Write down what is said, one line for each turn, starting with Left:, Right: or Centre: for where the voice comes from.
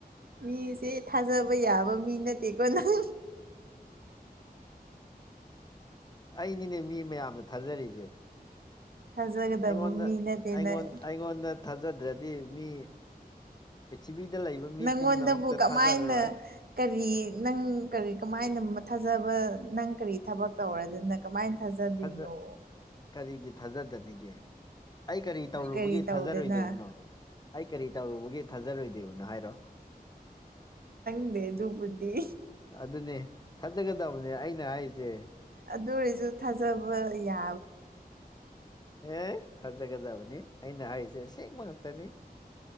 Right: ꯃꯤꯁꯦ ꯊꯥꯖꯕ ꯌꯥꯕ ꯃꯤ ꯅꯠꯇꯦꯀꯣ ꯅꯪ
Left: ꯑꯩꯅꯤꯅꯦ ꯃꯤ ꯃꯌꯥꯝꯅ ꯊꯥꯖꯔꯤꯁꯦ
Right: ꯊꯥꯖꯒꯗꯕ
Left: ꯑꯩꯉꯣꯟꯗ
Right: ꯃꯤ ꯅꯠꯇꯦ
Left: ꯑꯩꯉꯣꯟ
Right: ꯅꯪ
Left: ꯑꯩꯉꯣꯟꯗ ꯊꯥꯖꯗ꯭ꯔꯗꯤ ꯃꯤ ꯄ꯭ꯔꯤꯊꯤꯕꯤꯗ ꯂꯩꯕ
Right: ꯅꯪꯉꯣꯟꯗꯕꯨ
Left: ꯃꯤ ꯄꯨꯝꯅꯃꯛꯇ
Right: ꯀꯃꯥꯏꯅ
Left: ꯊꯥꯖꯔꯔꯣꯏ
Right: ꯀꯔꯤ ꯅꯪ ꯀꯔꯤ ꯀꯃꯥꯏꯅ ꯊꯥꯖꯕ ꯅꯪ ꯀꯔꯤ ꯊꯕꯛ ꯇꯧꯔꯗꯅ ꯀꯃꯥꯏꯅ ꯊꯥꯖꯗꯣꯏꯅꯣ
Left: ꯊꯥꯖ ꯀꯔꯤꯒꯤ ꯊꯥꯖꯗꯅꯤꯒꯦ ꯑꯩ ꯀꯔꯤ ꯇꯧꯔꯨꯕꯒꯤ
Right: ꯀꯔꯤ ꯇꯧꯗꯅ
Left: ꯊꯥꯖꯔꯣꯏꯗꯧꯕꯅꯣ ꯑꯩ ꯀꯔꯤ ꯇꯧꯔꯨꯕꯒꯤ ꯊꯥꯖꯔꯣꯏꯗꯣꯏꯕꯅꯣ ꯍꯥꯏꯔꯣ
Right: ꯈꯪꯗꯦ ꯑꯗꯨꯨꯕꯨꯗꯤ
Left: ꯑꯗꯨꯅꯦ ꯊꯥꯖꯒꯗꯕꯅꯦ ꯑꯩꯅ ꯍꯥꯏꯔꯤꯁꯦ
Right: ꯑꯗꯨ ꯑꯣꯏꯔꯁꯨ ꯊꯥꯖꯕ <unintelligible> ꯌꯥ
Left: ꯑꯦ ꯊꯥꯖꯒꯗꯕꯅꯤ ꯑꯩꯅ ꯍꯥꯏꯔꯤꯁꯦ ꯑꯁꯦꯡꯕ ꯉꯥꯛꯇꯅꯤ